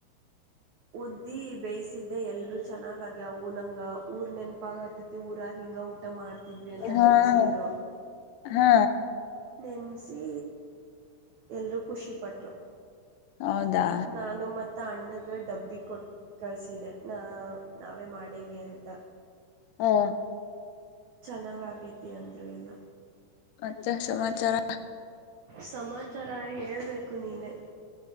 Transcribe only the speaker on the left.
ಹ
ಹ ಹಾ
ಹೌದಾ
ಹಾ
ಅ ಸಮಾಚಾರ